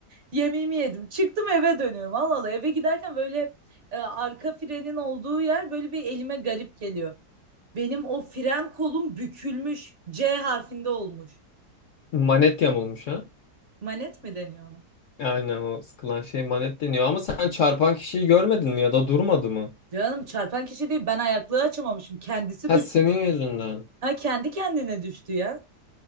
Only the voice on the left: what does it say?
Manet yamulmuş ha?
Aynen o sıkılan şey manet deniyor. Ama sen çarpan kişiyi görmedin mi ya da durmadı mı?
Ha
senin yüzünden.